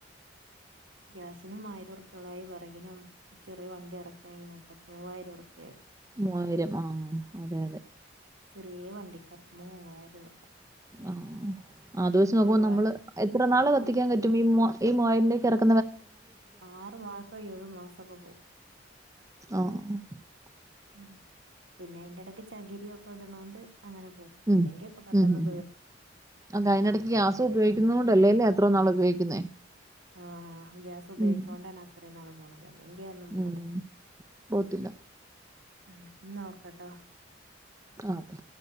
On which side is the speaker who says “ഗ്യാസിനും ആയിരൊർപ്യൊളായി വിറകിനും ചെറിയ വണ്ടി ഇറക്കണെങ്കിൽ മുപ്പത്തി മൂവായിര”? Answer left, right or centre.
Right